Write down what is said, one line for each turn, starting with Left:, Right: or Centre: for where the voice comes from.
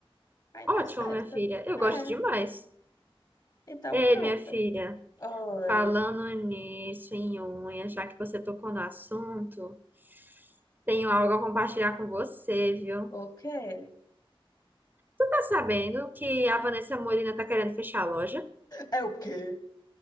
Left: Aí
Right: Ótimo,
Left: tá certo.
Right: minha filha. Eu
Left: É,
Right: gosto demais.
Left: então
Right: Ei,
Left: pronto.
Right: minha filha,
Left: Oi,
Right: falando nisso, em unha, já que você tocou no assunto, tenho algo a compartilhar com você, viu?
Left: o quê?
Right: Tu tá sabendo que a Vanessa Molina tá querendo fechar a loja?
Left: É o quê?